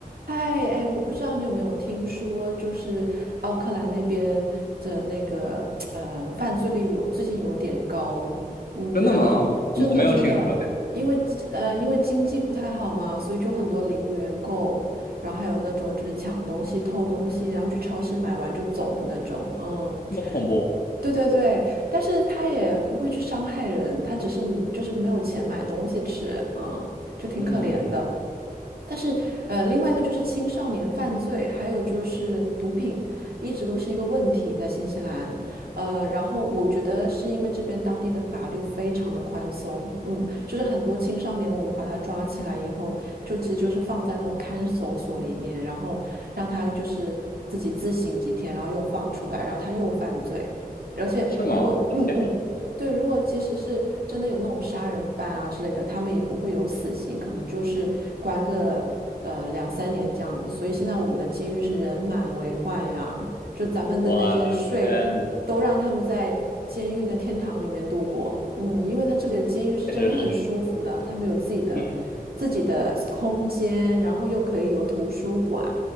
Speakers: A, on the right; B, on the left.
A: 哎哎，我不知道你有没有听说，就是奥克兰那边的那个呃犯罪率有最近有点高，嗯，
B: 真的吗？
A: 然后真的真的，
B: 我我没有听说，哎，
A: 因为呃因为经济不太好嘛，所以就很多零元购，然后还有那种就是抢东西、偷东西，然后去超市买完就走的那种，嗯。
B: 这么恐怖？
A: 对对对，但是他也不会去伤害人，他只是就是没有钱买东西吃，嗯，就挺可怜的。
B: 嗯，
A: 但是，呃，另外一个就是青少年犯罪，还有就是毒品，一直都是一个问题在新西兰。呃，然后我觉得是因为这边当地的法律非常的宽松，嗯，就是很多青少年我们把他抓起来以后，就其实就是放在那种看守所里面，然后让他就是自己自省几天，然后又放出来，然后他又犯罪。而且如果嗯嗯，
B: 是吗？我的天啊，
A: 对，如果即使是真的有那种杀人犯啊之类的，他们也不会有死刑，可能就是关个呃两三年这样子。所以现在我们的监狱是人满为患呀，就咱们的那些税都让他们在监狱的天堂里面度过。
B: 我的天呐，
A: 嗯，因为他这里的监狱是真的很舒服的，
B: 确实是，
A: 他们有自己的
B: 嗯，
A: 自己的空间，然后又可以有图书馆，